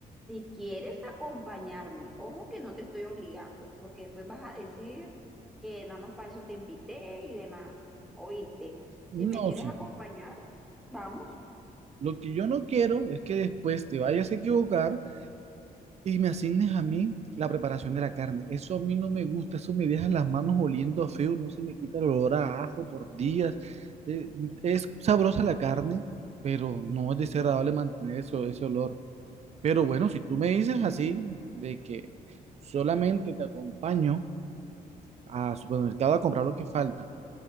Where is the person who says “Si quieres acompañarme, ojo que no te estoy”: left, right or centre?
Centre